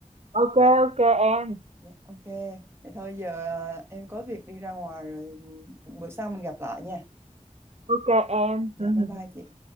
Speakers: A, on the right; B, on the right.
A: Ok, ok em.
B: Dạ ok. Vậy thôi giờ ờ, em có việc đi ra ngoài rồi ừ, bữa sau mình gặp lại nha.
A: Ok em.
B: Dạ
A: <laughs>
B: bye bye chị.